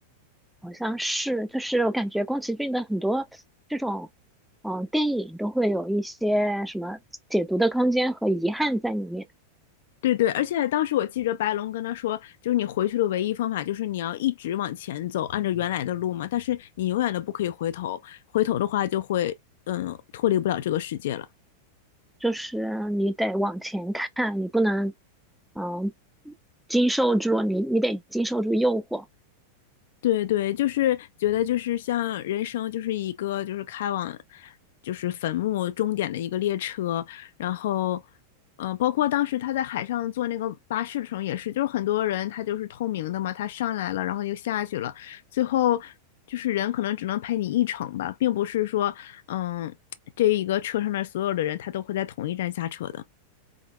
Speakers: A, in the centre; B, on the left.
A: 好像是，就是我感觉宫崎骏的很多这种，嗯，电影都会有一些什么解读的空间和遗憾在里面，
B: 对对，而且当时我记着白龙跟他说，就是你回去的唯一方法就是你要一直往前走，按照原来的路嘛，但是你永远都不可以回头，回头的话就会，嗯，脱离不了这个世界了。
A: 就是你得往前看，你不能，嗯，经受住，你你得经受住诱惑。
B: 对对，就是觉得就是像人生就是一个就是开往就是坟墓终点的一个列车，然后嗯、呃包括当时他在海上坐那个巴士的时候也是，就是很多人他就是透明的嘛，他上来了，然后又下去了，最后就是人可能只能陪你一程吧，并不是说嗯这一个车上面所有的人他都会在同一站下车的。